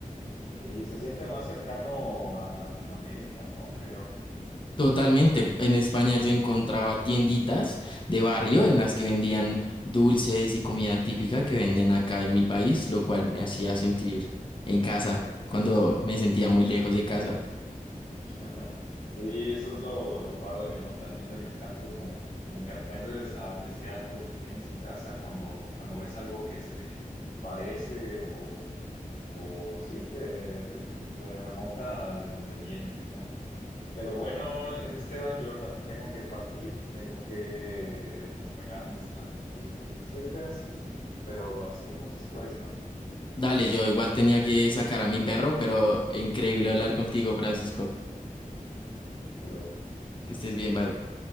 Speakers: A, on the left; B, on the left.
A: Sí, se siente más cercano a Latinoamérica, ¿no? Creo.
B: Totalmente. En España yo encontraba tienditas de barrio en las que vendían dulces y comida típica que venden acá en mi país, lo cual me hacía sentir en casa cuando me sentía muy lejos de casa.
A: <laughs> Sí, eso es lo, lo padre, ¿no? También de viajar, como, como que aprendes a apreciar lo que tienes en casa cuando, cuando ves algo que se parece o, o sí, que te, te remonta de donde vienes, ¿no? Pero bueno, Esteban, yo ahorita tengo que partir, tengo que eh, regar mis plantas que ya están bien secas y pero las seguimos después, ¿no?
B: Dale, yo igual tenía que sacar a mi perro, pero increíble hablar contigo, Francisco.
A: Hasta luego.
B: Que estés bien, bye.